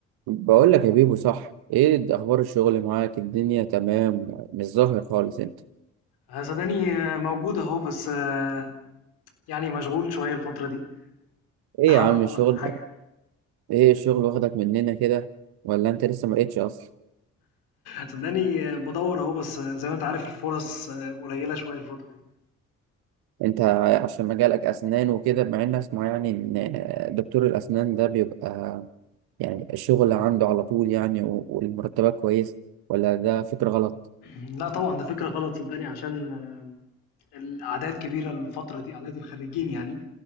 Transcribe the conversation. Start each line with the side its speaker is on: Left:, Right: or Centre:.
Right: بقول لك يا بيبو صح ايه ده اخبار الشغل معاك الدنيا تمام مش ظاهر خالص انت
Left: آه، صدقني آه، موجود اهو بس آه، يعني مشغول شوية الفترة دي
Right: ايه
Left: بحاول
Right: يا عم
Left: ادور
Right: الشغل
Left: على حاجة
Right: ده؟ ايه الشغل واخدك مننا كده ولا انت لسه ما لقيتش اصلا
Left: صدقني آه، بدور اهو بس آه، زي ما انت عارف الفرص آه، قليلة شوية الفترة دي
Right: انت عشان مجالك اسنان وكده مع ان اسمع يعني ان دكتور الاسنان ده بيبقى يعني الشغل عنده على طول يعني و- والمرتبات كويسه ولا ده فكرة غلط
Left: <clears throat> لا طبعا ده فكرة غلط صدقني عشان آه، الأعداد كبيرة الفترة دي أعداد الخريجين يعني